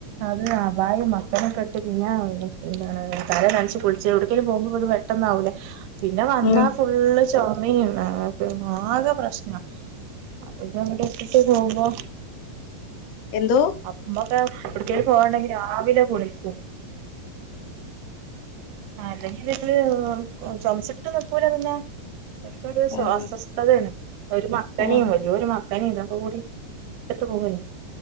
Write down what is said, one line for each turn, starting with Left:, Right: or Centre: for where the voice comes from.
Right: അത് അബായും മക്കനൊക്കെ ഇട്ട് പിന്നെ എന്താണ് തല നനച്ച് കുളിച്ച് എവിടേകെങ്കിലും പോകുമ്പോ അത് പെട്ടന്നാവില്ലേ പിന്നെ വന്നാ
Left: ഉം
Right: ഫുള്ള് ചൊമയും ആകെ പ്രശ്നാ അവിട അങ്ങട് ഇട്ടിട്ട് പോവുമ്പോ
Left: എന്തോ
Right: അപ്മ <unintelligible> ക്കെ എവിടേക്കെങ്കില് പോവാനിണ്ടെങ്കി രാവിലെ കുളിക്കും ആ അല്ലെങ്കില് ഇത് പൊമച്ചിട്ട് നിക്കൂല പിന്നെ അവര്ക്കൊരു സ്വാസസ്ഥലാണ്
Left: ഉം
Right: ഒരു മക്കനേം
Left: ഉം
Right: ഒരേരു മ മക്കനെ ഇതക്കകൂടി ഇടട്ട് പോവല്ലേ